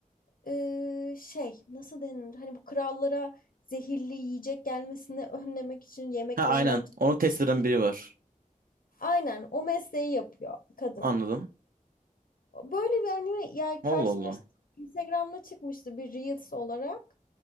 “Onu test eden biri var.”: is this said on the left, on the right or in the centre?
Right